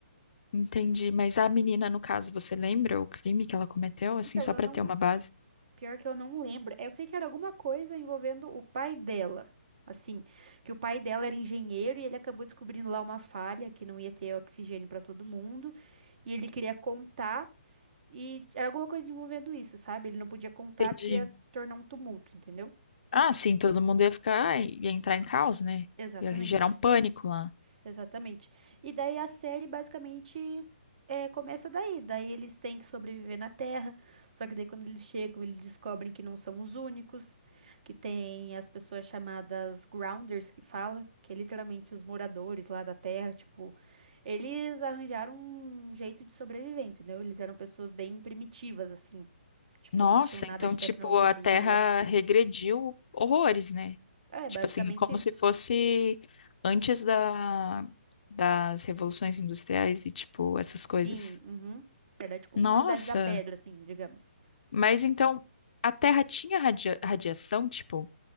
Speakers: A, on the left; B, on the right.
A: Entendi. Mas a menina, no caso, você lembra o crime que ela cometeu, assim,
B: Então,
A: só
B: eu
A: pra
B: não.
A: ter uma base?
B: Pior que eu não lembro. Eu sei que era alguma coisa envolvendo o pai dela. Assim, que o pai dela era engenheiro e ele acabou descobrindo lá uma falha que não ia ter oxigênio pra todo mundo. E ele queria contar e era alguma coisa envolvendo isso, sabe? Ele não podia contar
A: Entendi.
B: porque ia tornar um tumulto, entendeu?
A: Ah, sim, todo mundo ia ficar, ia entrar em caos, né?
B: Exatamente.
A: Ia gerar um pânico lá.
B: Exatamente. E daí a série basicamente é, começa daí. Daí eles têm que sobreviver na Terra. Só que daí quando eles chegam, eles descobrem que não são os únicos, que tem as pessoas chamadas Grounders que fala, que é literalmente os moradores lá da Terra, tipo, eles arranjaram um jeito de sobreviver, entendeu? Eles eram pessoas bem primitivas, assim. Tipo,
A: Nossa,
B: não tinham nada
A: então,
B: de
A: tipo,
B: tecnologia.
A: a Terra regrediu horrores, né?
B: É,
A: Tipo
B: basicamente
A: assim, é como
B: isso.
A: se fosse antes da, das revoluções industriais e, tipo, essas coisas.
B: Sim, uhum. Era tipo
A: Nossa,
B: uma idade da pedra, assim, digamos.
A: mas então a Terra tinha radia- radiação, tipo,